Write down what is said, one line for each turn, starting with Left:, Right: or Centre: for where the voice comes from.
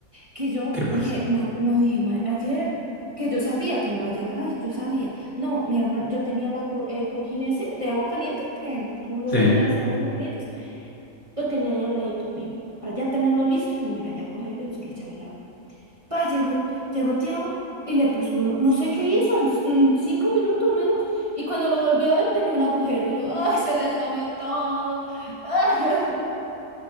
Right: Que yo
Left: ¿qué pasa?
Right: dije, "Man", no dije, "Man", ayer que yo sabía que me iba a llegar, ay, yo sabía. No, mi hermano, yo tenía la co- el cojín ese de agua caliente, que tú lo
Left: Sí.
Right: llenas de agua y lo calientes. Lo tenía ahí al ladito mío, para ya tenerlo listo y mañana ya cogerlo y solo echarle el agua. Pa, llegó, llegó Tiago y le puso uno, no sé qué hizo, en, s- en cinco minutos menos. Y cuando lo volví a ver tenía un agujero y yo, ¡ay, se le salió todo! <laughs>